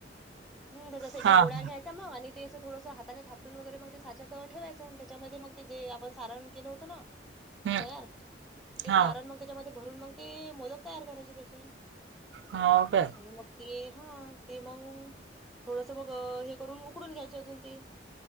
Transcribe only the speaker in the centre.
हम्म.... त्याचा असं एकेक
गोळा
घ्यायचा मग आणि ते असं थोडंसं हाताने थापटून वगैरे मग ते साच्यात ठेवायचं,, त्याच्यामध्ये मग ते जे आपण सारण केलं होतं ना
तयार,, ते
सारण मग त्याच्यामध्ये भरून मग ते मोदक तयार करायचे त्याचे.
आणि मग ते हा, ते मंग थोडसं मग हे करून उकडून घ्यायचे अजून ते.